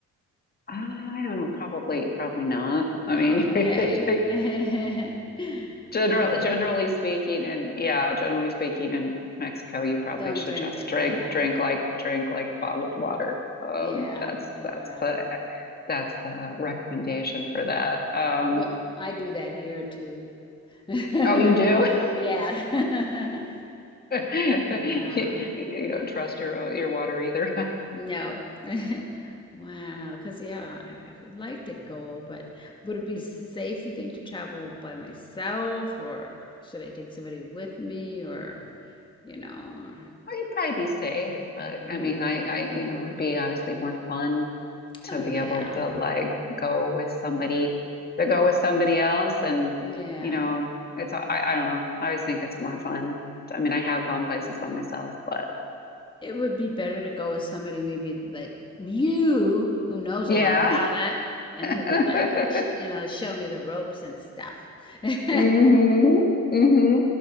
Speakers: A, on the left; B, on the left.
A: I don't know, probably probably not. I
B: Okay.
A: mean, <laughs> it
B: <laughs>
A: Generally,
B: Wow.
A: generally speaking, and yeah, generally speaking, in Mexico, you probably
B: Don't
A: should
B: drink
A: just
B: it.
A: drink,
B: Yeah.
A: drink like, drink like bottled water. Um,
B: Yeah.
A: that's
B: Yeah.
A: that's the that's the recommendation for that. Um,
B: Well, I do that here too. <laughs>
A: oh, you do? <laughs>
B: Yeah. <laughs>
A: You
B: Wow.
A: don't trust your your water either.
B: No. <laughs> Wow. Because, yeah, I I would like to go, but would it be safe, you think, to travel by myself, or should I take somebody with me, or, you know?
A: Well, you'd probably be safe, but
B: Mhm.
A: I mean, I, I, you know, it'd be obviously more fun to
B: Oh,
A: be
B: yeah.
A: able to like go with somebody, to go with somebody else, and
B: Yeah.
A: you know, it's, I, I don't know. I always think it's more fun. I mean, I have gone places by myself, but
B: It would be better to go with somebody maybe like you who knows
A: yeah.
B: a lot about it and
A: <laughs>
B: who could like sh you know show me the ropes and stuff. <laughs>
A: Mm-hmm. Mm-hmm.